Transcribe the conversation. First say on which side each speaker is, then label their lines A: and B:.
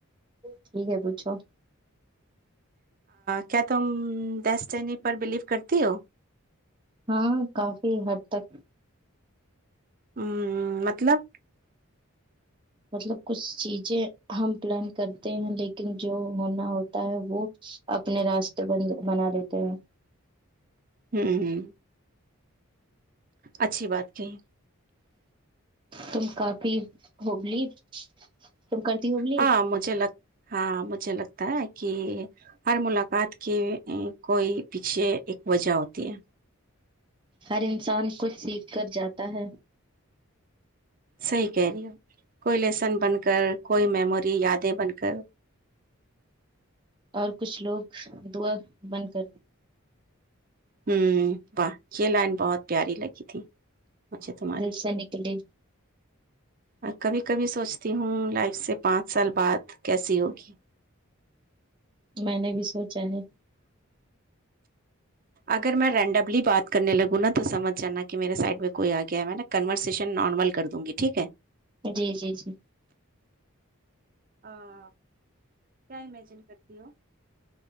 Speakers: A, on the right (about 20°); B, on the right (about 40°).
A: ٹھیک ہے پوچھو
B: کیا تم ڈسٹنی پر بلیو کرتی ہو
A: ہاں کافی حد تک
B: ہ مطلب
A: مطلب کچھ چیزیں ہم پلان کرتے ہیں لیکن جو ہونا ہوتا ہے وہ اپنے راستےن بنا لیتے ہیں
B: ہوں ہ اچھی بات کہیں
A: تم کافی ہوبلی تم کرتی ہو بلی
B: ہاں مجھے لگ ہاں مجھے لگتا ہے کہ ہر ملاقات کی کوئی پیچھے ایک وجہ ہوتی ہے
A: ہر انسان کھ سیکھ کر جاتا ہے
B: صحی کہہ رہی ہے کوئی لیسن بن کر کوئی میموری یادیں بن کر
A: اور کچھ لوگ دعا بن کر
B: ہوں واہ یہ لائن بہت پیاری لگی تھی مجھے تمہاری
A: جل سےا نکلیے
B: اور کبھی کبھی سوچتی ہوں لائف سے پانچ سال بعد کیسی ہوگی
A: میں نے بھی سوچا ہے
B: اگر میں رینڈملی بات کرنے لگوں نا تو سمجھ جانا کہ میرے سائڈ میں کوئی آ گیا ہے میں نا کنورسیشن نارمل کر دوں گی ٹھیک ہے
A: جی جی جی
B: ہاں کیا امجن کتیو